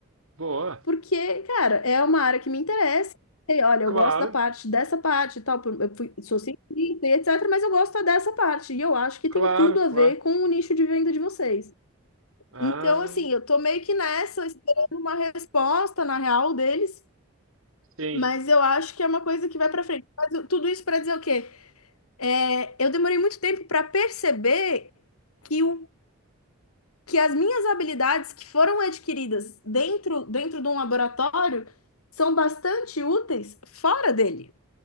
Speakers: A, on the right; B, on the left.
A: Boa.
B: Porque, cara, é uma área que me interessa. E, olha, eu
A: Claro,
B: gosto da parte dessa parte e tal. por- Eu fui, sou cientista e etc., mas eu gosto dessa parte. E eu acho que
A: claro,
B: tem tudo a
A: claro.
B: ver com o nicho de venda de vocês.
A: Ah,
B: Então, assim, eu tô meio que nessa, esperando uma resposta, na real, deles.
A: sim.
B: Mas eu acho que é uma coisa que vai pra frente. Mas eu- tudo isso pra dizer o quê? É, eu demorei muito tempo pra perceber que o que as minhas habilidades que foram adquiridas dentro, dentro de um laboratório são bastante úteis fora dele,